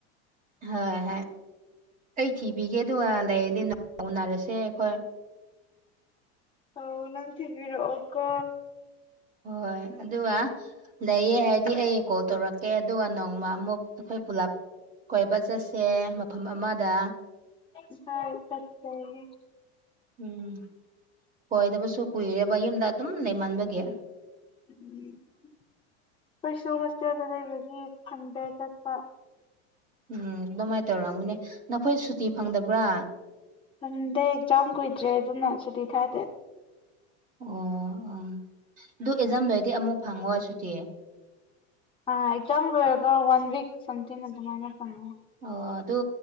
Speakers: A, on the right; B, on the left.
A: ꯍꯣꯏ ꯍꯣꯏ ꯑꯩ ꯊꯤꯕꯤꯒꯦ ꯑꯗꯨꯒ ꯂꯩꯔꯗꯤ ꯎꯟꯅꯔꯁꯦ ꯑꯩꯈꯣꯏ
B: ꯑꯧ ꯅꯪ ꯊꯤꯕꯤꯔꯛ ꯑꯣꯀꯣ
A: ꯍꯣꯏ ꯑꯗꯨꯒꯥ ꯂꯩꯌꯦ ꯍꯥꯏꯗꯤ ꯑꯩ ꯀꯣꯜ ꯇꯧꯔꯛꯀꯦ ꯑꯗꯨꯒ ꯅꯣꯡꯃ ꯑꯃꯨꯛ ꯑꯩꯈꯣꯏ ꯄꯨꯂꯞ ꯀꯣꯏꯕ ꯆꯠꯁꯦ ꯃꯐꯝ ꯑꯃꯗ
B: ꯏꯀꯥꯏ ꯐꯠꯇꯦꯌꯦ
A: ꯎꯝ ꯀꯣꯏꯗꯕꯁꯨ ꯀꯨꯏꯔꯦꯕ ꯌꯨꯝꯗ ꯑꯗꯨꯝ ꯂꯩꯃꯟꯕꯒꯤ
B: ꯎꯝ ꯑꯩꯁꯨ ꯍꯣꯁꯇꯦꯜꯗ ꯂꯩꯕꯒꯤ ꯐꯪꯗꯦ ꯆꯠꯄꯥ
A: ꯎꯝ ꯑꯗꯨꯃꯥꯏꯅ ꯇꯧꯔꯝꯒꯅꯦ ꯅꯈꯣꯏ ꯁꯨꯇꯤ ꯐꯪꯗꯕ꯭ꯔꯥ
B: ꯐꯪꯗꯦ ꯑꯦꯛꯖꯥꯝ ꯀꯨꯏꯗ꯭ꯔꯦ ꯑꯗꯨꯅ ꯁꯨꯇꯤ ꯊꯥꯗꯦ
A: ꯑꯣ ꯑꯣ ꯑꯗꯨ ꯑꯦꯖꯥꯝ ꯂꯩꯔꯗꯤ ꯑꯃꯨꯛ ꯐꯪꯉꯣ ꯁꯨꯇꯤ
B: ꯑꯥ ꯑꯦꯛꯖꯥꯝ ꯂꯣꯏꯔꯒ ꯋꯥꯟ ꯋꯤꯛ ꯁꯝꯊꯤꯡ ꯑꯗꯨꯃꯥꯏꯅ ꯐꯪꯉꯦ
A: ꯑꯣ ꯑꯗꯨ